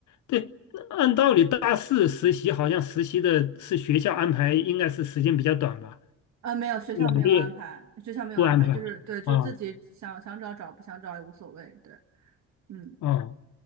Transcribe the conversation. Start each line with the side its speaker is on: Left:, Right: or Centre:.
Left: 对，那按道理大四实习好像实习的是学校安排，应该是时间比较短吧？
Right: 呃，没有，学校没有安排，
Left: 两个月
Right: 学校没有安排，
Left: 不安排
Right: 就是对，就是自己想想找找，
Left: 啊
Right: 不想找也无所谓。对，嗯
Left: 啊，